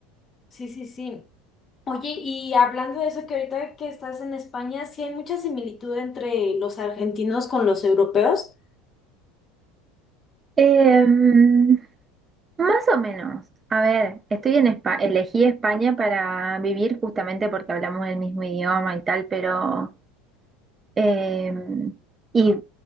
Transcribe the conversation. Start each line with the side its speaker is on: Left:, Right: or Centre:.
Left: Sí, sí, sí. Oye, y hablando de eso, que ahorita que estás en España, sí hay mucha similitud entre los argentinos con los europeos.
Right: Em, Más o menos. A ver, estoy en España, elegí España para vivir justamente porque hablamos el mismo idioma y tal, pero eh, y